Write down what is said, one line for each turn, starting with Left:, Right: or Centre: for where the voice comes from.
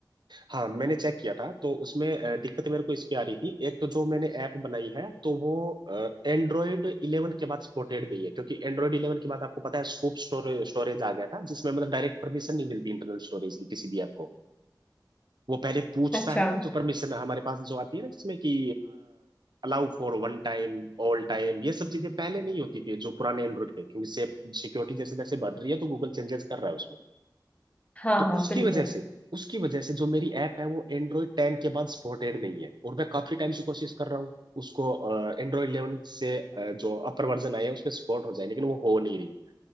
Right: हाँ मैंने चेक किया था तो उसमें अ, दिक्कत मेरे को इसकी आ रही थी एक तो जो मैंने ऐप बनाई है तो वो एंड्रॉयड इलेवन के बाद सपोर्टेड नहीं है क्योंकि एंड्रॉयड इलेवन के बाद आपको पता है स्कूप स्टोरेज स्टोरेज आ गया था जिसमें मतलब डायरेक्ट परमिशन नहीं मिलती इंटरनल स्टोरेज की किसी भी ऐप को वो पहले पूछता
Left: अच्छा
Right: है ना जो परमिशन हमारे पास जो आती है ना जिसमें कि allow for one time all time ये सब चीजें पहले नहीं होती थी जो पुराने एंड्रॉयड थे क्योंकि सेफ सिक्योरिटी जैसे जैसे बढ़ रही है तो गूगल चेंजेस कर रहा है उसमें
Left: हाँ
Right: तो
Left: हाँ
Right: उसकी
Left: बिल्कुल
Right: वजह से उसकी वजह से जो मेरी ऐप है वो एंड्रॉयड टेन के बाद सपोर्टेड नहीं है और मैं काफी टाइम से कोशिश कर रहा हूँ उसको एंड्रॉयड इलेवन से अ, जो अपर वर्जन आया है उसमें सपोर्ट हो जाए लेकिन वो हो नहीं रही